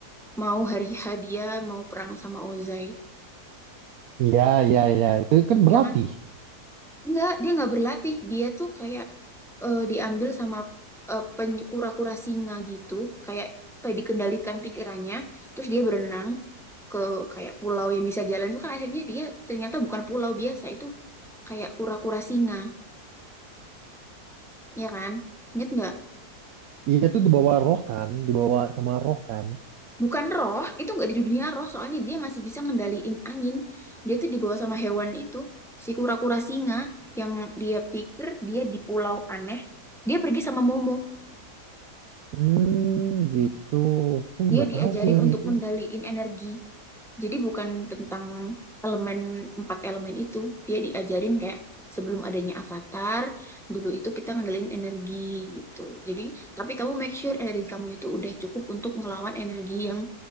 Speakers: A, in the centre; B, on the right (about 70°).
A: mau hari hadiah mau perang sama Ozai
B: Iya, iya, iya. Itu kan
A: dia
B: berlatih.
A: kan Enggak, dia nggak berlatih. Dia tuh kayak eh, diambil sama eh, peny- kura-kura singa gitu, kayak apa ya, dikendalikan pikirannya. Terus dia berenang ke kayak pulau yang bisa jalan itu kan akhirnya dia ternyata bukan pulau biasa, itu kayak kura-kura singa, ya kan? Ingat nggak?
B: Iya tuh dibawa roh kan, dibawa sama roh kan.
A: Bukan roh, itu nggak di dunia roh, soalnya dia masih bisa ngendaliin angin. Dia tuh dibawa sama hewan itu, si kura-kura singa yang dia pikir dia di pulau aneh. Dia pergi sama Momo.
B: Hmm, gitu. Aku
A: dia
B: nggak
A: diajarin
B: tahu sih yang
A: untuk
B: itu.
A: ngendaliin energi. Jadi bukan tentang elemen empat elemen itu, dia diajarin kayak sebelum adanya avatar, dulu itu kita ngendaliin energi gitu. Jadi, tapi kamu make sure energi kamu itu udah cukup untuk ngelawan energi yang